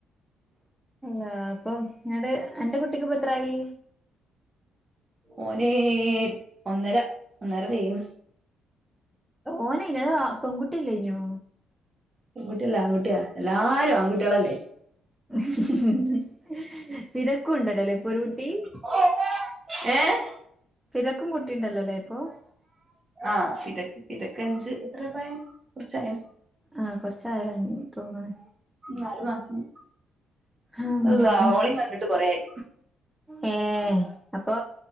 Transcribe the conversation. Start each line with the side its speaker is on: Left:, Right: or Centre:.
Centre: അള്ളാ അപ്പൊ ങ്ങട് അന്റെ കുട്ടിക്ക് പ്പ എത്രായി?
Right: ഓന് ഒന്നര ഒന്നര തെയിണു.
Centre: ഓന് യിന് പെൺകുട്ടിയല്ലേ ഇനോ?
Right: പെൺകുട്ടിയല്ല. ആൺകുട്ടിയ എല്ലാരും ആൺകുട്ടികളല്ലേ?
Centre: ഹും ഹും ഹു ഫിദക്കും ണ്ടല്ലോല്ലേ ഒര് കുട്ടി
Right: <unintelligible> ഏഹ്
Centre: ഫിദക്കും കുട്ടിണ്ടല്ലോല്ലേ ഇപ്പൊ
Right: ആഹ് ഇത്ക്ക് ഇതക്കെ എഞ്ച് <unintelligible> കുറചായോ
Centre: ആഹ കൊറച്ചായന്ന്തോന്നണ്
Right: നാലു മാസം
Centre: ഉം
Right: അള്ളാ ഓളിം കണ്ടിട്ട് കൊറെയി.
Centre: ഏഹ് അപ്പൊ